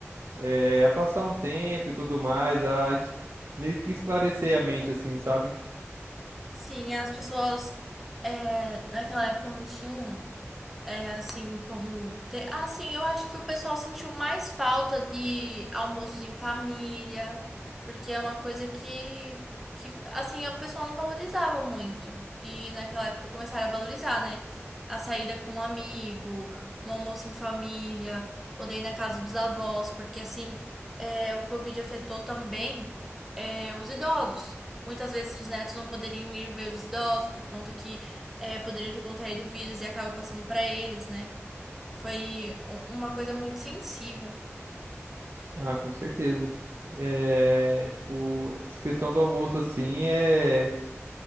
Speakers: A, on the right; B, in the centre.
A: é, a passar um tempo e tudo mais, a es- meio que esclarecer a mente, assim, sabe?
B: Sim, as pessoas é, naquela época não tinham é, assim como ter. Ah, sim, eu acho que o pessoal sentiu mais falta de almoços em família, porque é uma coisa que, que assim, o pessoal não valorizava muito. E naquela época começaram a valorizar, né? A saída com um amigo, um almoço em família, poder ir na casa dos avós, porque assim, é, o Covid afetou também é, os idosos. Muitas vezes os netos não poderiam ir ver os idosos por conta que eh, poderiam ter contraído o vírus e acaba passando para eles, né? Foi u- uma coisa muito sensível.
A: Ah, com certeza. É, tipo, essa questão do almoço, assim, é